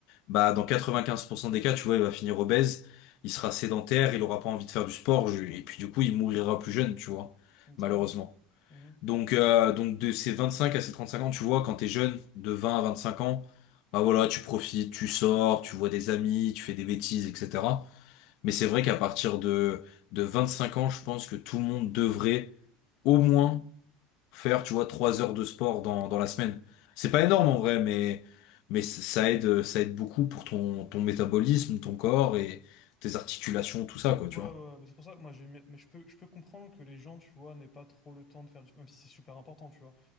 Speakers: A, on the left (about 65°); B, on the left (about 30°).
A: bah dans 95% des cas, tu vois, il va finir obèse, il sera sédentaire, il aura pas envie de faire du sport, je- et puis du coup, il mourira plus jeune, tu vois,
B: Donc,
A: malheureusement.
B: tu ouais. Mhm.
A: Donc, euh, donc de ces 25 à ces 35 ans, tu vois, quand t'es jeune, de 20 à 25 ans, bah voilà, tu profites, tu sors, tu vois des amis, tu fais des bêtises, etc. Mais c'est vrai qu'à partir de, de 25 ans, je pense que tout le monde devrait au moins faire, tu vois, 3 heures de sport dans, dans la semaine. C'est pas énorme en vrai, mais, mais c- ça aide, ça aide beaucoup pour ton, ton métabolisme, ton corps et tes articulations, tout ça, quoi,
B: Ouais,
A: tu vois.
B: ouais, ouais, bah, c'est pour ça que moi j'ai mais je peux je peux comprendre que les gens tu vois n'aient pas trop le temps de faire du même si c'est super important tu vois